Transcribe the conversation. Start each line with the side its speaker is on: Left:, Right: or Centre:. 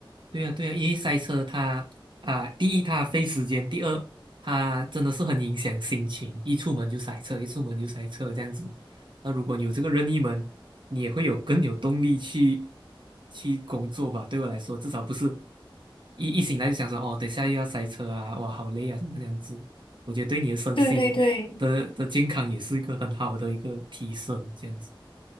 Right: 对呀对呀，因为塞车它啊，第一它费时间，第二它真的是很影响心情，一出门就塞车，一出门就塞车这样子。那如果你有这个任意门，你也会有更有动力去去工作吧？对我来说，至少不是一一醒来就想说哦，等下又要塞车啊，哇，好累啊，什么这样子。我觉得对你的身心的的健康也是一个很好的一个提升，
Left: 对对对
Right: 这样子。